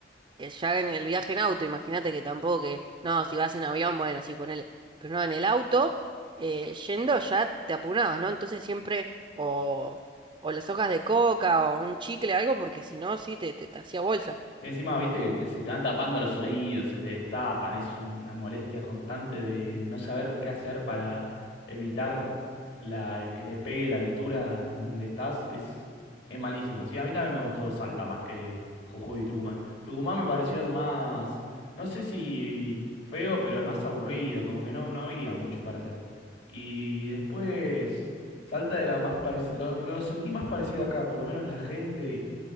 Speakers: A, on the right (about 30°); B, on the left (about 75°).
A: eh, ya en el viaje en auto, imagínate que tampoco que, no, si vas en avión, bueno, sí, ponele, pero no, en el auto, eh, yendo ya te apunabas, ¿no? Entonces siempre o, o las hojas de coca o un chicle, algo, porque si no, sí, te, te, te hacía bolsa.
B: Sí, encima, viste, que te- se te van tapando los oídos, se te destapan, es una molestia constante de no saber qué hacer para evitar la, que te pegue la altura en donde estás, es, es malísimo. Sí, a mí también me gustó Salta más que Jujuy y Tucumán. Tucumán me pareció el más, no sé si feo, pero el más aburrido, como que no, no había mucho para hacer. Y después, Salta era más parecido, lo, lo sentí más parecido acá, por lo menos la gente